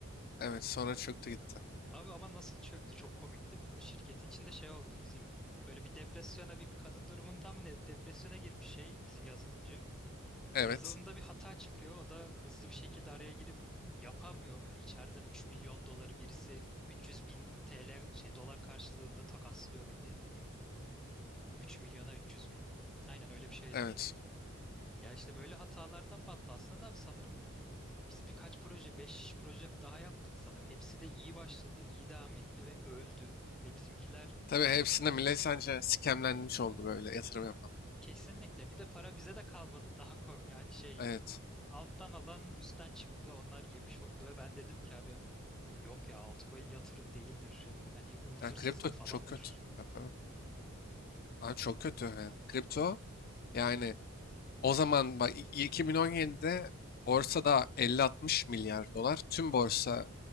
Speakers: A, on the left; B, in the centre.
A: Evet sonra çöktü gitti.
B: Abi ama nasıl çöktü? Çok komikti. Şirketin içinde şey oldu. Bizim böyle bir depresyona bir kadın durumunda mı ne depresyona girmiş şey bizim yazılımcı.
A: Evet.
B: Yazılımda bir hata çıkıyor. O da hızlı bir şekilde araya girip yapamıyor böyle içeriden üç milyon doları birisi üç yüz bin TL şey dolar karşılığında takaslıyor bildiğin. üç milyona üç yüz bin. Aynen öyle bir şeydi.
A: Evet.
B: Ya işte böyle hatalardan battı aslında da abi sanırım biz birkaç proje, 5 proje daha yaptık sanırım. Hepsi de iyi başladı, iyi devam etti ve öldü. Ve bizimkiler
A: Tabii
B: ekonomi
A: hepsinde millet sence scamlenmiş oldu böyle yatırım yapan.
B: kesinlikle bir de para bize de kalmadı <laughs> daha komik. Hani şey
A: Evet.
B: alttan alan üstten çıktı. Onlar yemiş oldu ve ben dedim ki abi yok ya altcoin yatırım değildir. Hani umut
A: Ya
B: hırsızlığı
A: kripto
B: falandır.
A: çok kötü. Tabii tabii. Abi çok kötü yani. Kripto yani o zaman bak i- 2017'de borsada 50-60 milyar dolar. Tüm borsa